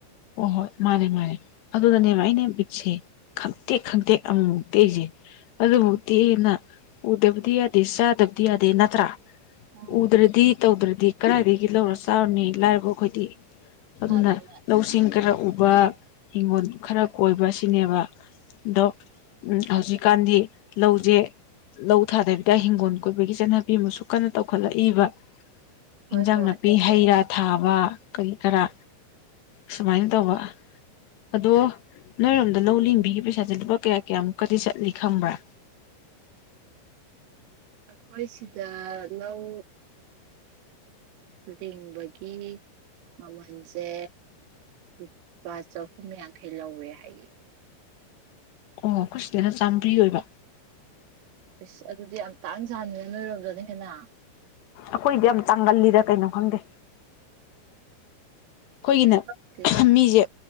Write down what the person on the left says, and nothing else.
ꯍꯣ ꯍꯣꯏ ꯃꯥꯅꯦ-ꯃꯥꯅꯦ ꯑꯗꯨꯅꯅꯦꯕ ꯑꯩꯅꯦ ꯕꯤꯠꯁꯦ ꯈꯪꯇꯦꯛ ꯈꯪꯇꯦꯛ ꯑꯃꯃꯨꯛꯇꯦꯛ ꯏꯁꯦ ꯑꯗꯨꯕꯨꯗꯤ
ꯇꯦꯛꯑꯦꯅ ꯎꯗꯕꯗꯤ ꯌꯥꯗꯦ ꯆꯥꯗꯕꯗꯤ ꯌꯥꯗꯦ ꯅꯠꯇ꯭ꯔꯥ
ꯎꯗ꯭ꯔꯗꯤ ꯇꯧꯗ꯭ꯔꯗꯤ ꯀꯗꯥꯏꯗꯒꯤ ꯂꯧꯔ ꯆꯥꯔꯨꯅꯤ ꯂꯥꯏꯔꯕ ꯑꯩꯈꯣꯏꯗꯤ ꯑꯗꯨꯅ
ꯂꯧꯁꯤꯡ ꯈꯔ ꯎꯕ ꯍꯤꯡꯒꯣꯜ ꯈꯔ ꯀꯣꯏꯕ ꯁꯤꯅꯦꯕ ꯑꯗꯣ ꯎꯝ ꯍꯧꯖꯤꯛꯀꯥꯟꯗꯤ ꯂꯧꯁꯦ ꯂꯧ ꯊꯥꯗꯕꯤꯗ ꯍꯤꯡꯒꯣꯜ ꯀꯣꯏꯕꯒꯤ ꯆꯠꯅꯕꯤ ꯑꯃꯁꯨ ꯀꯟꯅ ꯇꯧꯈꯠꯂꯛꯏꯕ
ꯏꯟꯖꯥꯡ
ꯅꯥꯄꯤ ꯍꯩ ꯔꯥ ꯊꯥꯕ ꯀꯔꯤ ꯀꯔꯥ ꯁꯨꯃꯥꯏꯅ ꯇꯧꯕ ꯑꯗꯣ ꯅꯣꯏꯔꯣꯝꯗ ꯂꯧ ꯂꯤꯡꯕꯤꯒꯤ ꯄꯩꯁꯥꯁꯦ ꯂꯨꯄꯥ ꯀꯌꯥ ꯀꯌꯥꯃꯨꯛꯀꯗꯤ ꯆꯠꯂꯤ ꯈꯪꯕ꯭ꯔꯥ
ꯑꯣ ꯑꯩꯈꯣꯏ ꯁꯤꯗꯅ ꯆꯥꯝꯃ꯭ꯔꯤ ꯑꯣꯏꯕ꯫
ꯑꯈꯣꯏꯗꯤ ꯌꯥꯝ ꯇꯥꯡꯒꯜꯂꯤꯗ ꯀꯩꯅꯣ ꯈꯪꯗꯦ ꯈꯣꯏꯒꯤꯅꯦ
ꯃꯤꯁꯦ